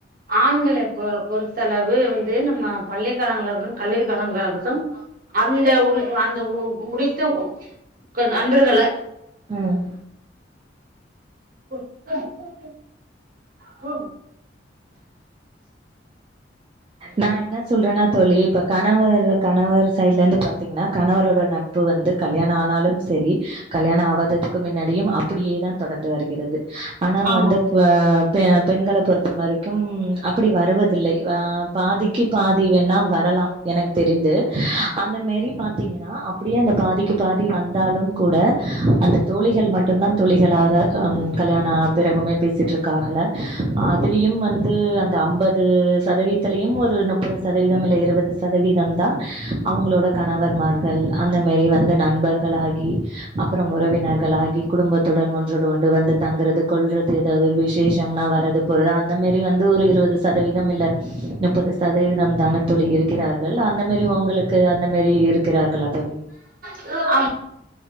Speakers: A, on the right; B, on the right.
A: ஆண்கள பொ பொறுத்தளவு வந்து நம்ம பள்ளி காலங்களா இருக்கட்டும் கல்லூரி காலங்களா இருக்கட்டும் அந்த உன் அந்த உ முடித்த க நண்பர்கள
B: உம்
A: போ க போ போ ஹம்
B: நா என்ன சொல்றனா தோழி இப்ப கணவர் வ கணவர் சைட்லருந்து பாத்திங்னா கணவரோட நட்பு வந்து கல்யாண ஆனாலும் செரி கல்யாண ஆவாததுக்கு முன்னாடியும் அப்பிடியே தான் தொடர்ந்து வருகிறது ஆனா
A: ஆமா
B: வந்து பியான் பெ பெண்கள பொறுத்த மரைக்கும் அப்டி வருவதில்லை ஆஹ் பாதிக்கு பாதி வேன்னா வரலா எனக்கு தெரிந்து அந்த மாரி பாத்தீங்கனா அப்டியே அந்த பாதிக்கு பாதி வந்தாலும் கூட அந்த தோழிகள் மட்டுந்தான் தோழிகளாக அஹ் கல்யாண பிறகுமே பேசிட்ருக்காகலா அதுலயும் வந்து அந்த அம்பது சதவீத் இத்துலியும் ஒரு முப்பது சதவீதம் இல்ல இருவது சதவீதம் தா அவ்ங்ளோட கணவர்மார்கள் அந்த மாரி வந்த நண்பர்களாகி அப்பறம் உறவினர்கள் ஆகி குடும்பத்துடன் ஒன்றோடு ஒன்று வந்து தங்குறது கொல்றது எதாவ்தொரு விசேஷம்னா வாரது போறது அந்த மாரி வந்து ஒரு இருவது சதவீதம் இல்ல முப்பது சதவீதம் தான தோழி இருக்கிறார்கள் அந்த மாரி ஒங்களுக்கு அந்த மாரி இருக்கிறார்களா தோழி
A: இல்ல அம்